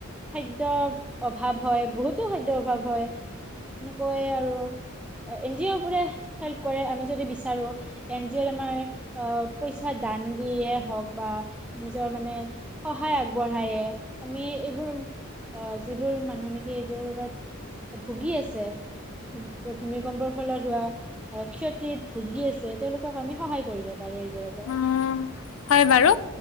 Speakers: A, in the centre; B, on the left.
A: খাদ্যৰ অভাৱ হয়, বহুতো খাদ্যৰ অভাৱ হয়। এনেকৈয়ে আৰু এন জি অ' বোৰে হেল্প কৰে আমি যদি বিচাৰো। এন জি অ' ত আমাৰ আহ পইচা দান দিয়ে হওঁক বা নিজৰ মানে সহায় আগবঢ়ায়ে আমি এইবোৰ অ যিবোৰ মানুহ নেকি এইবোৰৰ ওপৰত ভুগি আছে ভূ ভূমিকম্পৰ ফলত হোৱা আহ ক্ষতিত ভুগি আছে তেওঁলোকক আমি সহায় কৰিব পাৰো এইবোৰৰ পৰা।
B: উম। হয় বাৰু,